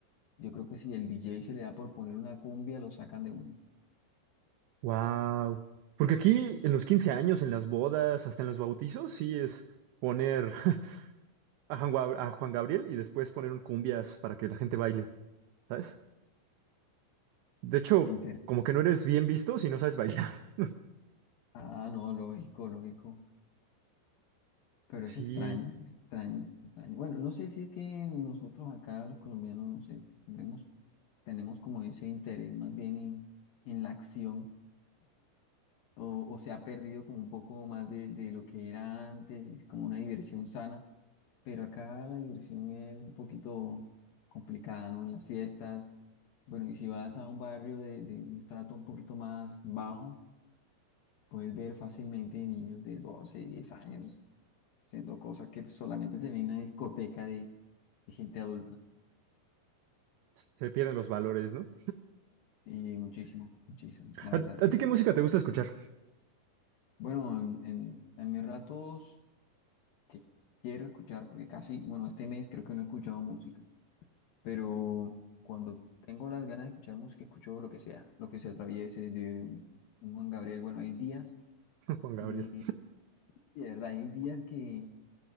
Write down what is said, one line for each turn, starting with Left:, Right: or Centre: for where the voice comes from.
Left: Yo creo que si el DJ se le da por poner una cumbia, lo sacan de un
Right: Wow. Porque aquí en los 15 años, en las bodas, hasta en los bautizos, sí es poner <laughs> a Juan Gab- a Juan Gabriel y después poner un cumbias para que la gente baile. ¿Sabes? De hecho,
Left: interés.
Right: como que no eres bien visto si no sabes bailar. <laughs>
Left: Ah, no, lógico, lógico. Pero
Right: Sí,
Left: es extraño, es extraño, es extraño. Bueno, no sé si es que nosotros acá, los colombianos, no sé, tenemos, tenemos como ese interés más bien en, en la acción, o, o se ha perdido como un poco más de, de lo que era antes, es como una diversión sana. Pero acá la diversión es un poquito complicada, ¿no? En las fiestas. Bueno, y si vas a un barrio de, de un estrato un poquito más bajo, Puedes ver fácilmente niños de 12 10 años haciendo cosas que solamente se ven en una discoteca de, de gente adulta.
Right: se pierden los valores, ¿no?
Left: Y muchísimo, muchísimo,
Right: ¿A,
Left: la verdad que
Right: a ti
Left: sí.
Right: qué música te gusta escuchar,
Left: Bueno, en, en, en mis ratos que quiero escuchar, porque casi, bueno, este mes creo que no he escuchado música, pero cuando tengo las ganas de escuchar música, escucho lo que sea, lo que se atraviese de un Juan Gabriel. Bueno, hay días
Right: <laughs> Juan
Left: que,
Right: Gabriel?
Left: de verdad, hay días que